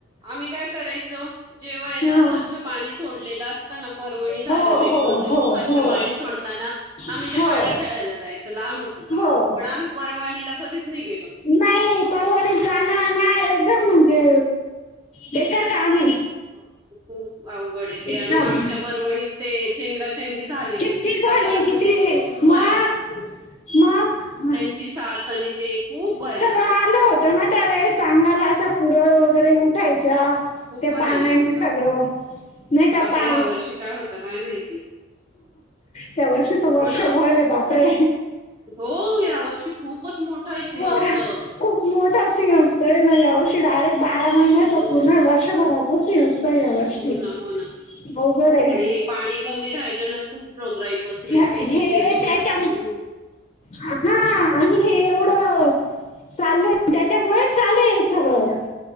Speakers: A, on the right; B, on the left.
A: आम्ही काय करायचो. जेव्हा आहे ना,
B: हा.
A: स्वच्छ पाणी सोडलेलं असतं ना, पर्वणी झाल्यावर
B: हो
A: एक-दोन
B: हो
A: दिवस
B: हो
A: स्वच्छ
B: हो
A: पाणी सोडताना. आम्ही
B: हो
A: ते पाणी खेळायला जायचो, लहान होत
B: हो
A: पण आम्ही परवाणीला कधीच नाही गेलो.
B: नाही परवणीत जाणं ना, एकदम म्हणजे बेकार काम आहे.
A: ह. अवघडये ते,
B: एकदम
A: आणि मागच्या पर्वणीत ते चेंगरा-चेंगरी झालेली
B: किती
A: खूप
B: झाले
A: प्रकार झालेले.
B: किती
A: खूप
B: मग,
A: भयानक
B: मग म.
A: ची साथ आणि ते. खूप भयानक
B: सगळं आलं होतं ना, त्यावेळे अंगाला अशा पुरळ
A: हो,
B: वगैरे उठायच्या.
A: खूप
B: ते
A: भयानक
B: पाण्यानी
A: होतं
B: सगळं नाही का पा
A: ह्या वर्षी काय होतं आता काय माहिती.
B: त्या वर्षी त वर्षभरे
A: हो ना
B: बाप रे.
A: हो या वर्षी खूपच मोठा सिंह
B: हो.
A: असतं
B: खूप मोठा सीन असतोय ना यावर्षी डायरेक्ट बारा महिन्याचा
A: हो
B: पूर्ण वर्षभरात. चा सीन असतो यावर्षी,
A: हो ना हो ना
B: अवघड आहे.
A: पण हे पाणी कमी राहिलं ना खूप रोगराई पसरेल
B: ह्या-
A: त्याचचं
B: हे
A: टेन्शन
B: त्याच्या
A: आहे, बाकी नाही.
B: हा, आणि हे एवढं चालू आहे, त्याच्यामुळेच चालूए हे सगळं.